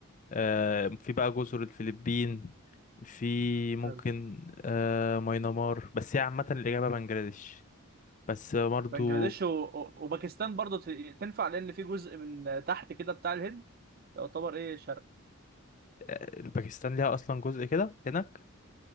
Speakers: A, on the left; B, on the right.
A: آه في بقى جزر الفلبين في ممكن
B: حلو
A: آه ماينمار بس هي عامة الإجابة بنجلاديش بس برضو
B: بنجلاديش و... و- وباكستان برضو ت... تنفع لان في جزء من تحت كده بتاع الهند يعتبر ايه شرق
A: آه، الباكستان ليها أصلا جزء كده هناك